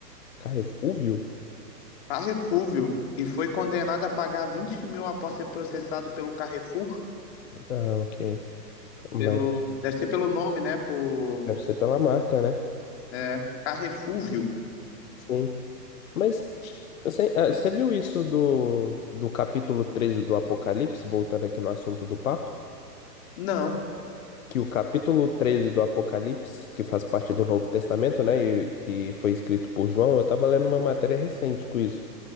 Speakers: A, on the left; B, on the left.
A: Carrefúvio?
B: Carrefúvio. E foi condenado a pagar vinte mil após ser processado pelo Carrefour.
A: Ah, ok. Mas
B: Pelo... Deve ser pelo nome, né? Por...
A: deve ser pela marca, né?
B: É, Carrefúvio.
A: Sim. Mas você, ah, você viu isso do, do capítulo 13 do Apocalipse, voltando aqui no assunto do Papa?
B: Não.
A: que o capítulo 13 do Apocalipse, que faz parte do Novo Testamento, né, e que foi escrito por João, eu estava lendo uma matéria recente com isso,